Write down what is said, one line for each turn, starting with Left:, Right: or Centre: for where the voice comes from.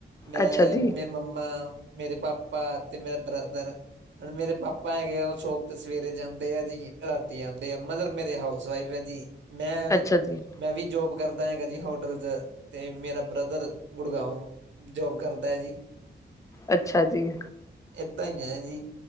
Right: ਮੈਂ
Left: ਅੱਛਾ ਜੀ
Right: ਮ ਮੰਮਾ, ਮੇਰੇ ਪਾਪਾ ਤੇ ਮੇਰਾ ਬ੍ਰਦਰ। ਹੁਣ ਮੇਰੇ ਪਾਪਾ ਹੈਗੇ ਆ, ਉਹ ਛੋਪ ਤੇ ਸਵੇਰੇ ਜਾਂਦੇ ਆ ਜੀ, ਰਾਤੀ ਆਂਦੇ ਆ। ਮਦਰ ਮੇਰੇ ਹਾਊਸ ਵਾਈਫ਼ ਐ ਜੀ, ਮੈਂ
Left: ਅੱਛਾ ਜੀ
Right: ਮੈਂ ਵੀ ਜੋਬ ਕਰਦਾ ਹੈਗਾ ਜੀ ਹੋਟਲ 'ਚ ਤੇ ਮੇਰਾ ਬ੍ਰਦਰ ਗੁੜਗਾਉ ਜੋਬ ਕਰਦਾ ਐ ਜੀ।
Left: ਅੱਛਾ ਜੀ।
Right: ਏਦਾਂ ਈ ਐ ਜੀ।